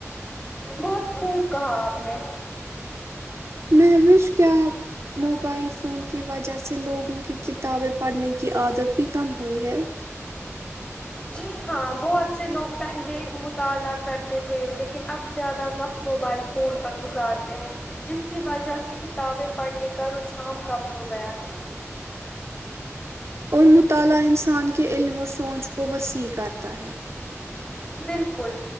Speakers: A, on the left; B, on the right.
A: بہت پھونک کہا آپ نے
B: محوش کیا موبائل فون کی وجہ سے لوگوں کی کتابیں پڑھنے کی عادت بھی کم ہوئی ہے
A: جی ہاں بہت سے لوگ پہلے مطالعہ کرتے تھے لیکن اب زیادہ وقت موبائل فون پر گزارتے ہیں جس کی وجہ سے کتابیں پڑھنے کا رجھام کب ہو گیا ہے
B: اور مطالعہ انسان کے علم اور سوچ کو وسیع کرتا ہے
A: بالکل